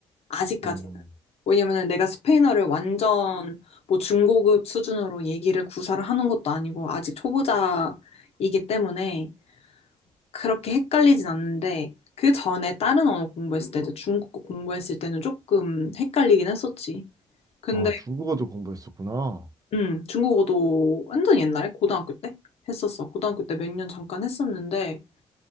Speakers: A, on the left (about 60°); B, on the right (about 30°).
A: 아직까지는.
B: 음.
A: 왜냐면은 내가 스페인어를 완전 뭐 중고급 수준으로 얘기를 구사를 하는 것도 아니고 아직 초보자이기 때문에 그렇게 헷갈리진 않는데 그 전에 다른 언어 공부했을 때 이제 중국어 공부했을 때는 조금 헷갈리긴 했었지. 근데
B: 아 중국어도 공부했었구나
A: 음, 중국어도 완전 옛날에 고등학교 때 했었어. 고등학교 때 몇 년 잠깐 했었는데